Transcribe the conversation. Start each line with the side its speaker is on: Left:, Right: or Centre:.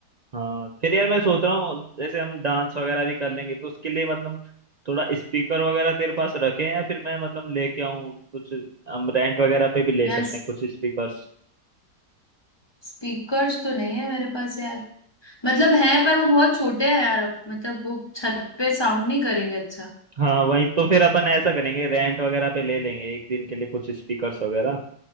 Right: हाँ फिर यार मैं सोच रहा हूँ जैसे हम डांस वगैरह भी कर लेंगे तो उसके लिए मतलब थोड़ा स्पीकर वगैरह तेरे पास रखे हैं या फिर मैं मतलब लेके आऊँ कुछ हम रेंट वगैरह पे भी ले
Left: यार
Right: सकते हैं कुछ स्पीकर्स
Left: स्पीकर्स तो नहीं है मेरे पास यार मतलब है पर वो बहुत छोटे हैं यार अब मतलब वो छत पे साउंड नहीं करेंगे अच्छा
Right: हाँ वही तो फिर अपन ऐसा करेंगे रेंट वगैरह पे ले लेंगे एक दिन के लिए कुछ स्पीकर्स वगैरह